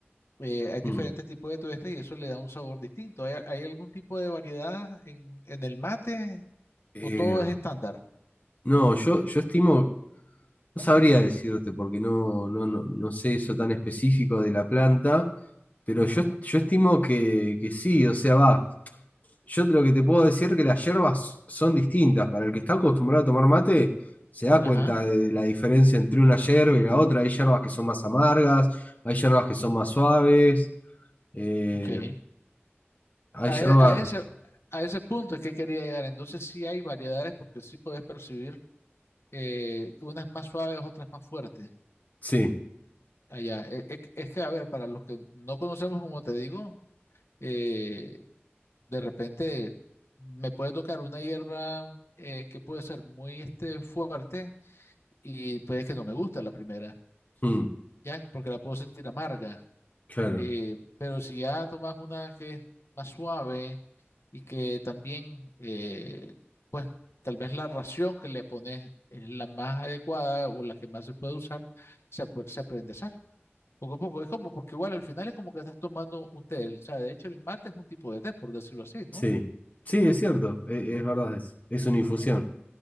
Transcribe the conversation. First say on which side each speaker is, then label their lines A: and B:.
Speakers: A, on the left; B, on the left.
A: eh, hay diferentes
B: Mm.
A: tipos de tuestes y eso le da un sabor distinto. ¿Hay, hay algún tipo de variedad en, en el mate
B: Eh,
A: o todo es estándar?
B: no, yo, yo estimo, no sabría decirte porque no, no, no, no sé eso tan específico de la planta, pero
A: Ajá,
B: yo, yo estimo que, que sí, o sea, va. Yo lo que te puedo decir es que las hierbas son distintas. Para el que está acostumbrado a tomar mate, se da
A: ajá,
B: cuenta de la diferencia entre una hierba y la otra. Hay hierbas que son más amargas, hay hierbas que son más suaves, eh,
A: ok.
B: hay
A: A,
B: hierbas...
A: e- a ese, a ese punto es que quería llegar. Entonces sí hay variedades porque sí puedes percibir eh, unas más suaves, otras más fuertes
B: Sí,
A: allá. E- e- Es, que, a ver, para los que no conocemos, como te digo, eh, de repente me puede tocar una hierba eh, que puede ser muy este, fuerte y puede que no me guste a la primera,
B: mm,
A: ¿ya? Porque la puedo sentir amarga.
B: claro,
A: Eh, pero si ya tomas una que es más suave y que también, eh, pues tal vez la ración que le pones es la más adecuada o la que más se puede usar, se, ap- se aprende a hacer. Poco a poco, es como, porque igual al final es como que estás tomando un té. O sea, de hecho el mate es un tipo de té, por decirlo así, ¿no?
B: sí. Sí, es cierto, e- es, verdad eso. Es una infusión.